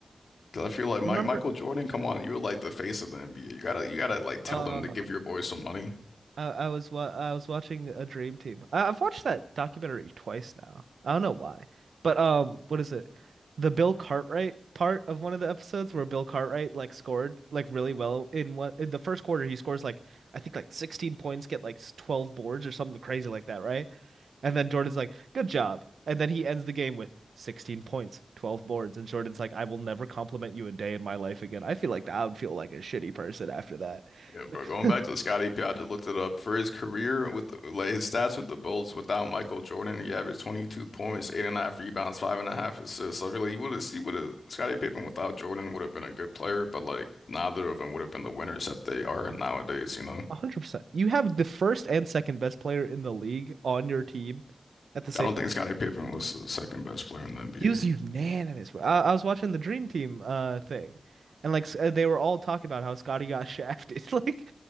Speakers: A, on the left (about 70°); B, on the right (about 85°).
A: Because I feel like
B: Remember,
A: Mike, Michael Jordan, come on, you're like the face of the NBA. You gotta, you gotta like tell
B: uh,
A: them to give your boys some money.
B: I, I was wa I was watching a Dream Team. I, I've watched that documentary twice now. I don't know why, but um, what is it? The Bill Cartwright part of one of the episodes where Bill Cartwright like scored like really well in what in the first quarter he scores like I think like 16 points, get like 12 boards or something crazy like that, right? And then Jordan's like, "Good job," and then he ends the game with 16 points, 12 boards, and Jordan's like, "I will never compliment you a day in my life again." I feel like I would feel like a shitty person after that.
A: Yeah, bro. Going
B: <laughs>
A: back to the Scottie Pippen, I just looked it up. For his career with the, like his stats with the Bulls without Michael Jordan, he averaged 22 points, eight and a half rebounds, five and a half assists. So I like you would have seen what a Scottie Pippen without Jordan would have been a good player, but like neither of them would have been the winners that they are nowadays, you know.
B: one hundred percent. You have the first and second best player in the league on your team at the same
A: I don't
B: time.
A: think Scottie Pippen was the second best player in the NBA.
B: He was unanimous. I, I was watching the Dream Team uh thing, and like s- uh, they were all talking about how Scotty got <laughs> shafted. Like